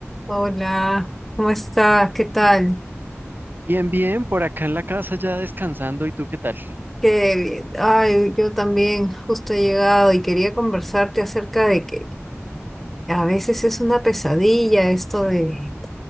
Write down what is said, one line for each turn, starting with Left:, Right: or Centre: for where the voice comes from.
Centre: Hola, ¿cómo estás? ¿Qué tal?
Right: Bien, bien, por acá en la casa ya descansando. ¿Y tú qué tal?
Centre: qué bien. ay, yo también justo he llegado y quería conversarte acerca de que a veces es una pesadilla esto de